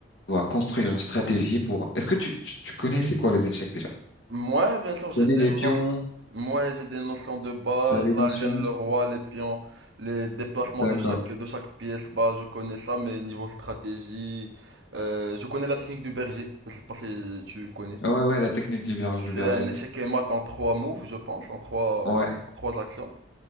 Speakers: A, on the left; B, on the right.
A: dois construire une stratégie pour... Est-ce que tu, tu, tu connais c'est quoi les échecs déjà? Tu
B: Moi, bien sûr, j'ai
A: connais
B: des
A: les pions?
B: notions. Moi, j'ai des notions de base,
A: T'as des notions?
B: la reine, le roi, les pions, les déplacements
A: D'accord.
B: de chaque de chaque pièce. Bah, je connais ça, mais niveau stratégie, euh, je connais la technique du berger. Je sais pas si tu connais.
A: Ouais, ouais, la technique du, ber-
B: C'est
A: du berger.
B: un échec et mat en trois moves, je pense, en trois
A: Ouais,
B: en trois actions.